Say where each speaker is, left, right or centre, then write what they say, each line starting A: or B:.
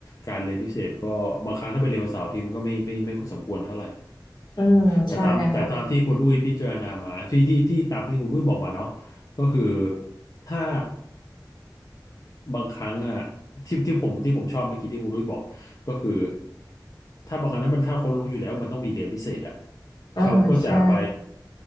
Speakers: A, on the left; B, on the left.
A: การเรียนพิเศษก็บางครั้งถ้าไปเรียนวันเสาร์อาที่มันก็ไม่ไม่ไม่ค่อยสมควรเท่าไหร่
B: อืมใช่ค่ะ
A: แต่ตามแต่ตามที่คุณอุ้ยพิจารณามาที่ที่ที่ตามที่คุณอุ้ยบอกมาเนาะก็คือถ้า บางครั้งอ่ะที่ที่ผมที่ผมชอบเมื่อกี้ที่คุณรุ้ยบอกก็คือถ้าบางครั้งถ้ามันถ้าเขารู้อยู่แล้วมันต้องมีเรียนพิเศษอ่ะ
B: อ่าใช่
A: เขาก็จะไป